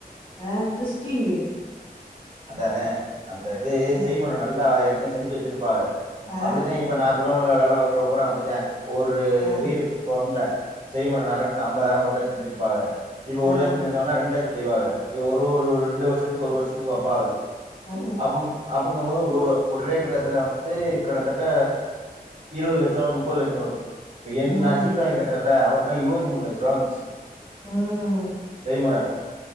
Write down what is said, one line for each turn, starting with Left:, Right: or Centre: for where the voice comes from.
Left: அ கிறிஸ்டின் வீடு
Right: அத அதே அந்த இது
Left: ம்
Right: செய்முறைம நல்லா இருக் செஞ்சு வெச்சிருப்பாக
Left: ஆ
Right: அப்படித்தா இப்ப நா கூட வேலை பாக்கற பூரா பேரு அப்படிதா ஒரு
Left: ஆ
Right: வீடு இப்ப ஒண்ணுல செய்முறை நருக்குன்னு ஐம்பதாயிரம் ஒரு லட்சம் செஞ்சிருப்பாங்க இப்ப ஒரு
Left: ஆ
Right: லட்சம் செஞ்சங்கனா ரெண்டு லட்ச செய்வாக ஒரு ஒரு ரெண்டு வருஷத்துக்கு ஒரு வருஷத்துக்கு அப் பாத
Left: ஆ
Right: அவுங்க அவுங்க வா ஒரு ஒரே கட்டத்துல வந்து கட்டத்தட்ட இருபது லட்சம் முப்பது லட்சம் வரு என்
Left: ம்
Right: நா சீட்டு வாங்கி கட்றல அவருக் ஆ இருபத்தி மூணு லட்ச ரூபா வந்துச்சு
Left: ம்
Right: செய்முற